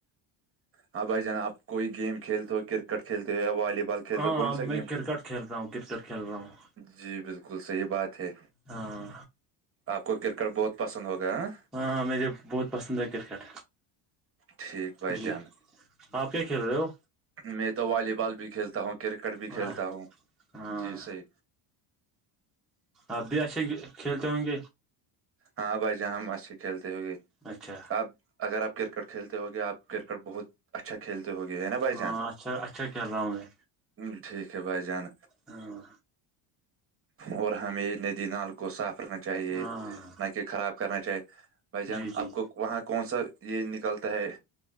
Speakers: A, on the right; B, in the centre.
A: ہاں بھائی جان آپ کوئی گیم کھیلتے ہو کرکٹ کھیلتے ہو یا والی بال کھیلتے
B: ہاں
A: ہو کون سا
B: میں
A: گیم
B: کرکٹ کھیلتا ہوں کرکٹ کھیل رہا ہوں
A: جی بالکل صحیح بات ہے
B: ہاں
A: آپ کو کرکٹ بہت پسند ہوگیا ہ
B: ہاں مجے بہت پسند ہے کرکٹ
A: ٹھیک بائی
B: جی
A: جانس
B: آپ کیا کھیل رہے ہو
A: میں تو والی بال بھی کھیلتا ہوں کرکٹ بھی
B: ہاں
A: کھیلتا ہوں
B: ہاں
A: جی صحیح
B: آپب اھھی کلتے ووں گ
A: ہاں بھائی جہاں ہم اچھے کھیلتے ہو گے
B: اچھا
A: آپ اگر آپ کرکٹ کھیلتے ہو گے آپ کرکٹ بہت اچھا کھیلتے ہو گئے ہے نا بھائی
B: ہاں
A: جان
B: اچھا اچھا کھیل رہا ہوں میں
A: ہ ٹھیک ہے بھائی جان
B: ہاں
A: اور ہمیں ندی نال کو صاف رکھنا چاہیے
B: ہاں
A: نہ کہ خراب کرنا چاہی بھائی جان
B: جی جی
A: آپ کو وہاں کون سا یہ نکلتا ہے